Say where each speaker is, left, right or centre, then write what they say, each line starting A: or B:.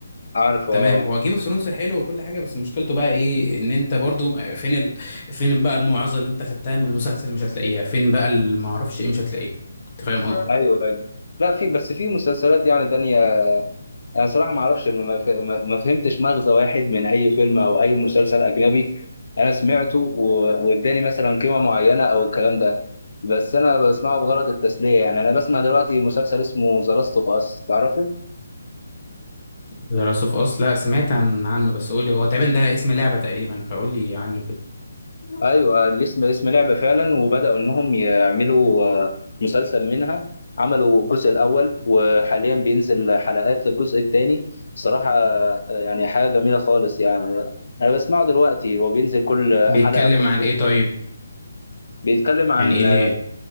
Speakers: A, on the left (about 70°); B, on the left (about 30°).
A: عارفه
B: تمام
A: اه
B: هو جيم اوف ثرونز حلو وكل حاجه بس مشكلته بقى ايه ان انت برضو آه، فين ال... فين بقى الموعظه اللي انت خدتها من المسلسل مش هتلاقيها فين بقى ما اعرفش ايه مش هتلاقيه انت فاهم قصدي؟
A: ايوه ايوه لا في بس في مسلسلات يعني تانية انا صراحه ما اعرفش ما ف- ما- ما فهمتش مغزى واحد من اي فيلم او اي مسلسل اجنبي انا سمعته و- واداني مثلا قيمه معينه او الكلام ده بس انا بسمعه بغرض التسليه يعني انا بسمع دلوقتي مسلسل اسمه ذا لاست اوف اس تعرفه
B: ذا لاست اوف اس لا سمعت عن عنه بس قولي هو تقريبا ده اسم لعبه تقريبا فقولي عنه كده
A: ايوه الاسم اسم لعبه فعلا وبداوا انهم يعملوا آه، مسلسل منها عملوا الجزء الاول وحاليا بينزل حلقات للجزء الثاني صراحه آه، يعني حاجه جميله خالص يعني انا بسمعه دلوقتي هو بينزل كل
B: بيتكلم
A: حلقه كل
B: عن ايه طيب
A: بيتكلم عن
B: يعني ايه اللي
A: آه،